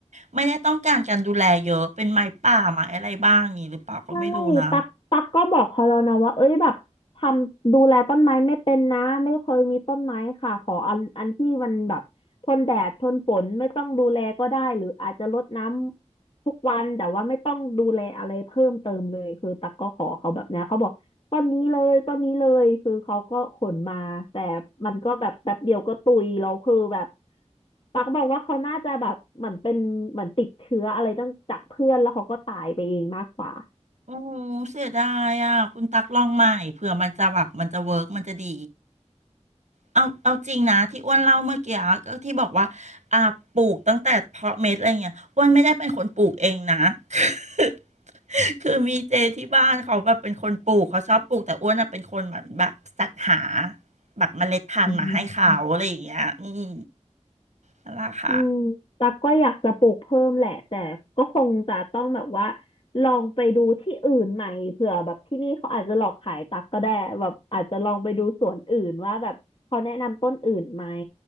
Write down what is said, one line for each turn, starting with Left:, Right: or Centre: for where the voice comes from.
Right: ไม่ได้ต้องการการดูแลเยอะเป็นไม้ป่าไม้อะไรบ้างอย่างนี้หรือเปล่าก็ไม่รู้นะ
Left: ใช่ตักตักก็บอกเขาแล้วนะว่าเอ้ยแบบทำดูแลต้นไม้ไม่เป็นนะไม่เคยมีต้นไม้ค่ะขออันอันที่มันแบบทนแดดทนฝนไม่ต้องดูแลก็ได้หรืออาจจะรดน้ำทุกวันแต่ว่าไม่ต้องดูแลอะไรเพิ่มเติมเลยคือตักก็ขอเขาแบบนี้เขาบอกต้นนี้เลยต้นนี้เลยคือเขาก็ขนมาแต่มันก็แบบแป๊บเดียวก็ตุยเราคือแบบตักบอกว่าเขาน่าจะแบบเหมือนเป็นเหมือนติดเชื้ออะไรตั้งจากเพื่อนแล้วเขาก็ตายไปเองมากกว่า
Right: โอ้เสียดายอ่ะคุณตักลองใหม่เผื่อมันจะแบบมันจะเวิร์กมันจะดี เอาเอาจริงนะที่อ้วนเล่าเมื่อกี้อะก็ที่บอกว่าอ่าปลูกตั้งแต่เพาะเม็ดอะไรเงี้ยอ้วนไม่ได้เป็นคนปลูกเองนะ <laughs> คือคือมีเจที่บ้านเขาแบบเป็นคนปลูกเขาชอบปลูกแต่อ้วนน่ะเป็นคนแบบแบบสรรหาแบบเมล็ดพันธุ์มาให้เขาอะไรอย่างเงี้ยอืม
Left: อืม
Right: นั่นแหละค่ะ
Left: อืมตักก็อยากจะปลูกเพิ่มแหละแต่ก็คงจะต้องแบบว่าลองไปดูที่อื่นใหม่เผื่อแบบที่นี่เขาอาจจะหลอกขายตักก็ได้แบบอาจจะลองไปดูสวนอื่นว่าแบบเขาแนะนำต้นอื่นไหม